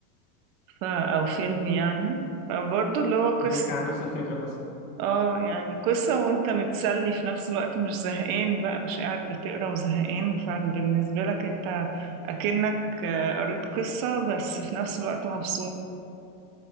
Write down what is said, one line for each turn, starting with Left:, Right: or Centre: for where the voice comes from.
Right: ف... او فيلم يعني فبرضه اللي هو قصه
Left: بيحكي عن نفس الفكرة مثلا
Right: اه يعني قصة وانت متسلي في نفس الوقت مش زهقان بقى مش قاعد بتقرا وزهقان فبالنسبة لك انت اكنك آه، قريت قصة بس في نفس الوقت مبسوط